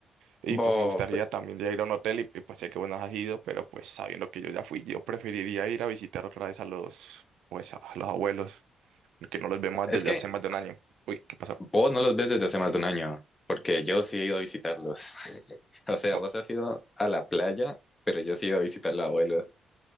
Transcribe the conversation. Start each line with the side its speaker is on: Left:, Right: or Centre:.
Right: Y
Left: Vos,
Right: pues me gustaría también ya ir a un hotel, y, y, pues sé que vos no has ido, pero pues sabiendo que yo ya fui, yo preferiría ir a visitar otra vez a los, pues a a los abuelos, que no los vemos
Left: es
Right: desde
Left: que
Right: hace más de un año. Uy, ¿qué pasó?
Left: vos no los ves desde hace más de un año, porque yo sí he ido a visitarlos. <laughs> O sea,
Right: Vo-
Left: vos has ido a la playa, pero yo sí he ido a visitar a los abuelos.